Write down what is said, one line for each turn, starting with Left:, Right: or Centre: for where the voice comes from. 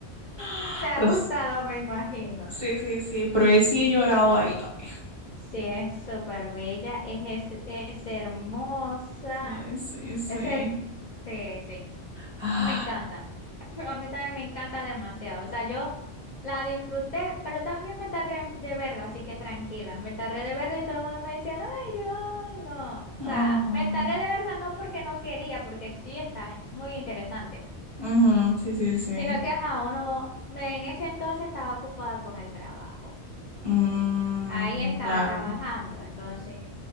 Right: <laughs>
Left: Te ha
Right: Pero.
Left: gustado, me imagino.
Right: Sí, sí, sí, pero eh, sí he llorado ahí también.
Left: Sí, es súper bella, es, es, es hermosa.
Right: Sí, sí, sí.
Left: Ese, sí, sí,
Right: Ah,
Left: me encanta. <laughs> A mí también me encanta demasiado. O sea, yo la disfruté, pero también me tardé de verla, así que tranquila. Me tardé de verla y todo el mundo me decía, no, y yo, ay, no. O
Right: no.
Left: sea, me tardé de verla no porque no quería, porque sí está muy interesante,
Right: Ujú, sí, sí, sí.
Left: sino que ajá, uno, me, en ese entonces estaba ocupada con el trabajo.
Right: Mm,
Left: Ahí estaba
Right: claro.
Left: trabajando, entonces